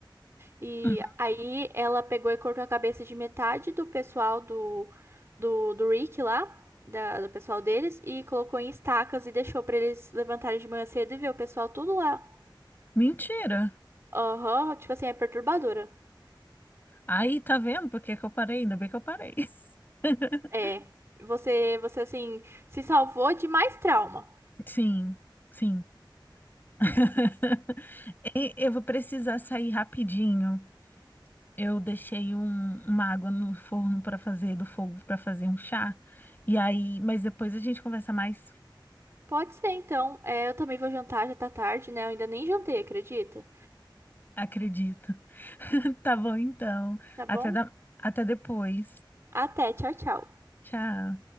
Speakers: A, on the right; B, on the left.
A: E
B: Uhum.
A: aí ela pegou e cortou a cabeça de metade do pessoal do, do, do Rick lá, da- do pessoal deles, e colocou em estacas e deixou pra eles levantarem de manhã cedo e ver o pessoal tudo lá.
B: Mentira.
A: Aham, tipo assim, é perturbadora.
B: Aí tá vendo por que que eu parei? Ainda bem que eu parei. <laughs>
A: É, você, você assim, se salvou de mais trauma.
B: Sim, sim. <laughs> E Eu vou precisar sair rapidinho. Eu deixei um- uma água no forno para fazer do fogo para fazer um chá. E aí, mas depois a gente conversa mais,
A: Pode ser, então. É, eu também vou jantar, já tá tarde, né? Eu ainda nem jantei, acredita?
B: acredito. <laughs> Tá bom então.
A: Tá
B: Até
A: bom?
B: da- até depois.
A: Até, tchau, tchau.
B: Tchau.